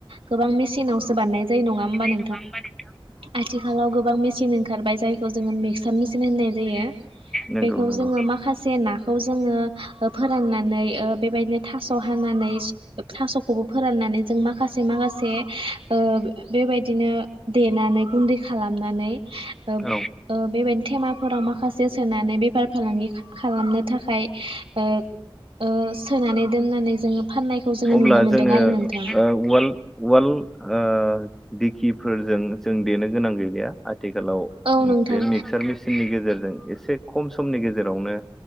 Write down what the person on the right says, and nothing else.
गोबां मेसिनावसो बानायनाय जायो नङा होमबा नों
आथिखालाव गोबां मेचिन ओंखारबाय जायखौ जोङो मिक्सार मेचिन होननाय जायो।
बेखौ
जोङो माखासे नाखौ जोङो ओ फोराननानै ओ बेबायदिनो थास' हानानै थास'खौबो फोरनानै जों माखासे माखासे ओ बेबाय इदिनो देना नै गुन्दै खालामनानै ओ
ओ बेबायदि थेमाफोराव माखासे सोनानै बेफार फालांगि खालामनो थाखाय ओ ओ सोनानै दोननानै जोङो फाननायखौ जोङो
नुनो मोनदों
आरो
नोंथां
औ नोंथां